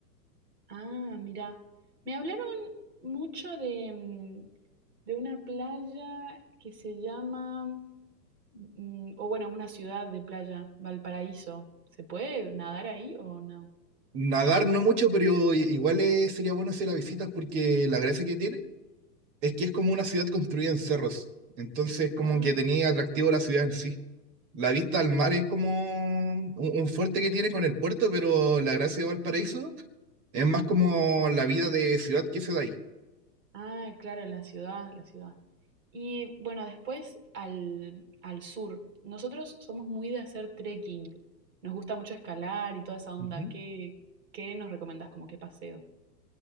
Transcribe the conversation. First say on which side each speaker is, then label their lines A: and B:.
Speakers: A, on the right (about 70°); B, on the right (about 40°).
A: Ah, mira. Me hablaron mucho de, mm, de una playa que se llama, mm, o bueno, una ciudad de playa, Valparaíso. ¿Se puede nadar ahí o no?
B: Nadar no mucho, pero i- igual eh, sería bueno hacer las visitas porque la gracia que tiene Es que es como una ciudad construida en cerros, entonces como
A: Ah,
B: que tenía atractivo la ciudad en sí. La vista al mar es como un, un fuerte que tiene con el puerto, pero la gracia de Valparaíso es más como la vida de ciudad que se da ahí.
A: Ah, claro, la ciudad, la ciudad. Y bueno, después al, al sur. Nosotros somos muy de hacer trekking. Nos gusta mucho escalar y toda esa onda.
B: Ujú.
A: ¿Qué, qué nos recomendás como qué paseo?